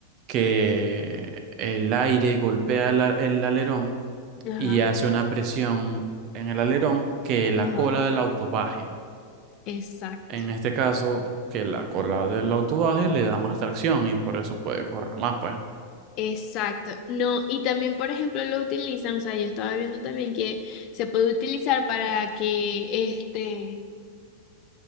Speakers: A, on the right; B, on the left.
A: que el aire golpea el, a- el alerón
B: Ajá,
A: y hace una presión en el alerón que la
B: ajá,
A: cola del auto baje.
B: exacto.
A: En este caso, que la cola del auto baje le da más tracción y por eso puede correr más, pues.
B: Exacto. No, y también, por ejemplo, lo utilizan, o sea, yo estaba viendo también que se puede utilizar para que este